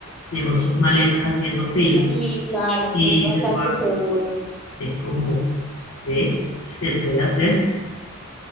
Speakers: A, on the left (about 65°); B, in the centre.
A: dejó sus maletas haciendo fila
B: sí, claro,
A: y
B: es bastante
A: se fue a-
B: seguro.
A: es como, ve, se puede hacer.